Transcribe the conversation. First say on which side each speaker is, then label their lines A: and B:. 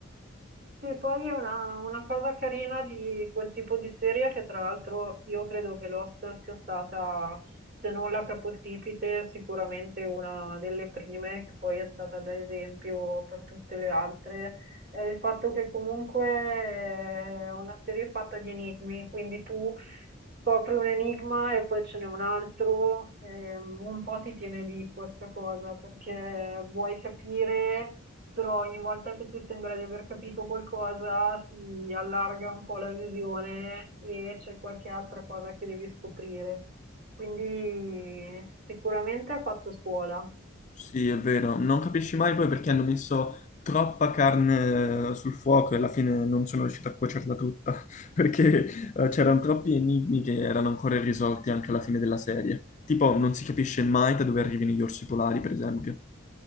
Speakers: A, on the right; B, on the left.
A: Sì, poi è una, una cosa carina di quel tipo di serie che tra l'altro io credo che Lost sia stata, se non la capostipite, sicuramente una delle prime che poi è stata da esempio per tutte le altre, è il fatto che comunque è una serie fatta di enigmi, quindi tu scopri un enigma e poi ce n'è un altro, ehm, un po' ti tiene lì questa cosa perché vuoi capire però ogni volta che ti sembra di aver capito qualcosa si allarga un po' la visione e c'è qualche altra cosa che devi scoprire. Quindi sicuramente ha fatto scuola.
B: Sì, è vero, non capisci mai poi perché hanno messo troppa carne eh, sul fuoco e alla fine non sono riuscito a cuocerla tutta, <laughs> perché eh, c'erano troppi enigmi che erano ancora irrisolti anche alla fine della serie. Tipo, non si capisce mai da dove arrivino gli orsi polari, per esempio.